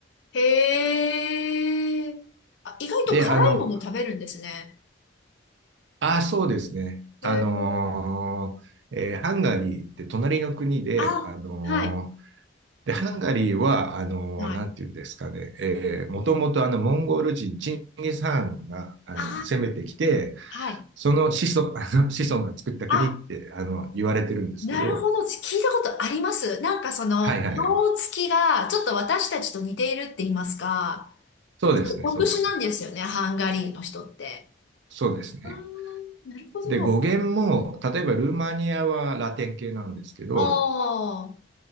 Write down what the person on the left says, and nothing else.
へえ。あ、意外と辛いもの食べるんですね。
へえ。
あ、
はい。
はい。
あ
あ、はい。
あ、
なるほど。聞いたことあります。なんかその、
顔つきが、ちょっと私たちと似ているって言いますか、
ちょっと特殊なんですよね、
ハンガリーの人って。
ああ、なるほど。
ああ、